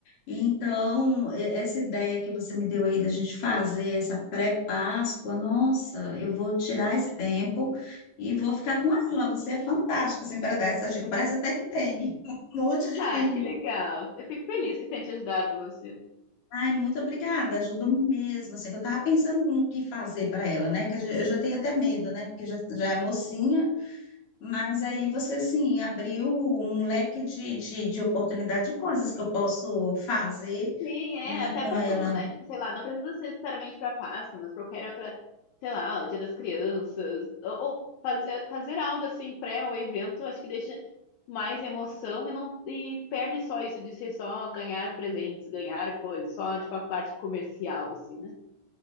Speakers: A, on the left (about 45°); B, on the left (about 80°).
A: Então, e- essa ideia que você me deu aí da gente fazer essa pré-Páscoa, nossa, eu vou tirar esse tempo e vou ficar com ela. Você é fantástica, assim, para dar essa dica. Parece até que tem <laughs> um monte de
B: Ah,
A: filho.
B: que legal. Eu fico feliz que tenha te ajudado, Lúcia.
A: Ai, muito obrigada, ajudou mesmo, assim, que eu tava pensando no que fazer para ela, né, que a gen- eu já tenho até medo, né, porque já, já é mocinha, mas aí você, assim, abriu um leque de, de, de oportunidade de coisas que eu posso fazer,
B: Sim, é,
A: né,
B: até
A: com
B: pra
A: ela.
B: tudo, né? Tipo, sei lá, não precisa ser necessariamente pra Páscoa, mas pra qualquer outra, sei lá, o Dia das Crianças, ou, ou fazer, fazer algo assim pré ao evento, acho que deixa mais emoção e não e perde só isso de ser só ganhar presentes, ganhar coisas, só tipo a parte comercial assim, né?